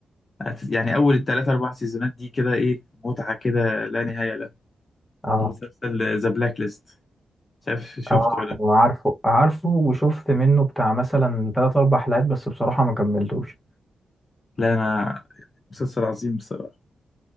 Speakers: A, on the left; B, in the centre.
A: هت- يعني اول الثلاث اربع سيزونات دي كده ايه متعه كده لا نهايه لها
B: هواية؟
A: مسلسل ذا بلاك ليست مش عارف شفته
B: اه
A: ولا
B: عارفه عارفه وشفت منه بتاع مثلا تلات أربع حلقات بس بصراحة ما كملتوش
A: لا لا، انا مسلسل عظيم بصراحه